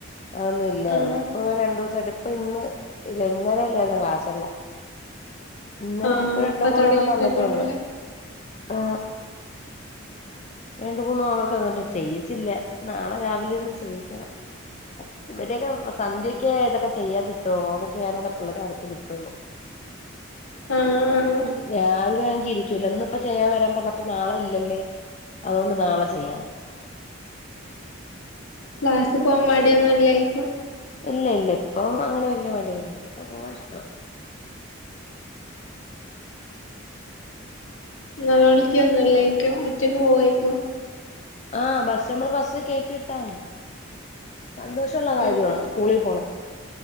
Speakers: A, on the left (about 35°); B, on the left (about 75°).
A: അതൊന്നുമില്ലാരുന്നു
B: ആഹ്
A: ഇപ്പം ഒരു രണ്ടുസായിട്ട് ഇപ്പം ഇന്ന് ഇല്ല ഇന്നലെയല്ലാരുന്നോ ക്ലാസ്സൊള്ള ഇന്നലെ
B: ആഹ്
A: ഇപ്പ രണ്ടുമൂന്നെണ്ണം
B: ഇപ്പൊ തുടങ്ങിട്ടല്ലേള്ളൂല്ലേ
A: തന്നിട്ടൊണ്ട്. ആ രണ്ടുമൂന്നു ഹോംവർക്ക് തന്നിണ്ട്, ചെയ്യിച്ചില്ല, നാളെ രാവിലേ ഇരുന്നു ചെയ്യിക്കണം. ഇവരെയൊക്കെ സന്ധ്യക്കേ ഇതൊക്കെ ചെയ്യാൻ കിട്ടുവൊള്ളൂ. ഹോംവർക്ക് ചെയ്യാനൊക്കെ പിള്ളേരെ അടുത്ത് കിട്ടുവൊള്ളു.
B: ആഹ് ആഹ്
A: രാവിലേ ഇരിക്കൂല ന്നിപ്പോ ചെയ്യാൻ വരാൻ പറഞ്ഞപ്പ നാളെ ഈ ദല്ലേ, അതുകൊണ്ട് നാളെ ചെയ്യാന്ന്‌.
B: ക്ലാസ്സിപ്പോകാൻ മടിയൊന്നുമില്ലേയ്ക്കും.
A: ഇല്ലയില്ല ഇപ്പം അങ്ങനെ വല്ല്യ മടിയൊന്നുവില്ല. ഇപ്പം പോകാനിഷ്ടവാ.
B: നോലോളിക്കുവൊന്നുവില്ലേ. യ്കും ഒറ്റക്ക് പോയിക്കോ?
A: ആ ബസുമ്മേ, ബസി കേറ്റിവിട്ട മതി. സന്തോഷള്ള കാര്യമാ
B: ഉം ഉം
A: സ്കൂളി പോണത്.